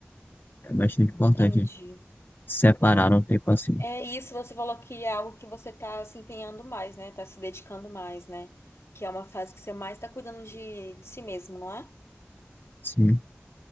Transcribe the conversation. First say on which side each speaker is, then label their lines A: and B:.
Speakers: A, on the left; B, on the left.
A: É bastante importante
B: entendi.
A: separar um tempo assim.
B: É isso, você falou que é algo que você tá se empenhando mais, né? Tá se dedicando mais, né? Que é uma fase que você mais tá cuidando de, de si mesmo, não é?
A: Sim,